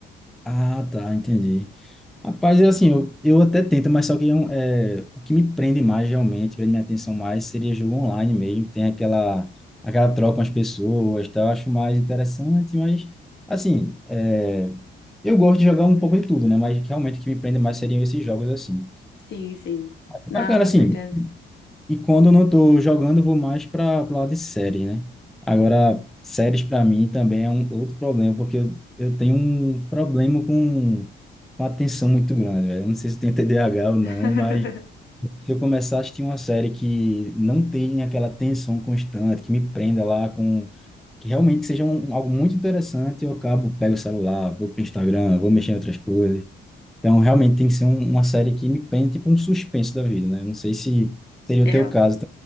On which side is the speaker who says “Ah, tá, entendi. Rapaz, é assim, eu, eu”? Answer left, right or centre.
Centre